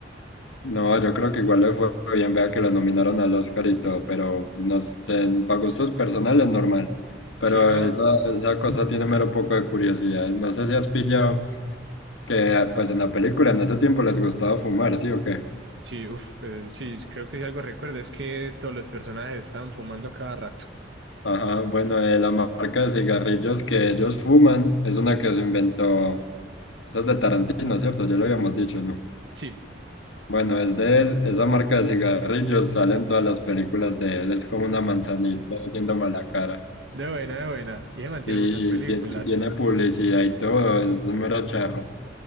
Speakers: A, on the left; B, on the right.
A: No, yo creo que igual le fue bien, vea que la nominaron al Oscar y todo, pero no sé, para gustos personales normal. Pero
B: Sí, no,
A: esa, esa cosa tiene mero poco de curiosidad. No sé si has pillado que ah, pues en la película en ese tiempo les gustaba fumar, ¿sí o qué?
B: sí, uff, sí, creo que si algo recuerdo es que todos los personajes están fumando a cada rato.
A: Ajá, bueno, eh, la marca de cigarrillos que ellos fuman es una que se inventó, esa es de Tarantino, ¿cierto? Ya lo habíamos dicho, ¿no?
B: Sí,
A: Bueno, es de él, esa marca de cigarrillos sale en todas las películas de él, es como una manzanita haciendo mala cara.
B: de buena, de buena. Y se mantiene
A: Sí, Y,
B: muchas películas.
A: ti- y tiene publicidad y todo, es un mero charro.